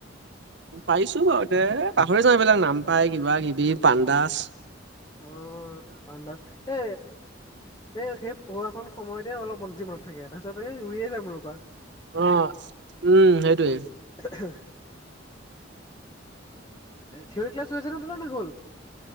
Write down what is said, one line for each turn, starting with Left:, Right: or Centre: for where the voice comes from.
Right: পাৰিছো বাৰু এ পাহৰি যাওঁ এই বিলাক নাম পায় কিবা কিবি পাণ্ডাস
Left: অঁ পাণ্ডাস এ এই সেই পঢ়োৱাখন সময়তে অলপ যি মনত থাকে তাৰপিছত উৰিয়ে যায় মূৰৰ পৰা
Right: অঁ উম সেইটোৱেই।
Left: হ থিয়ৰী ক্লাছ হৈছে নে তোৰ হ'ল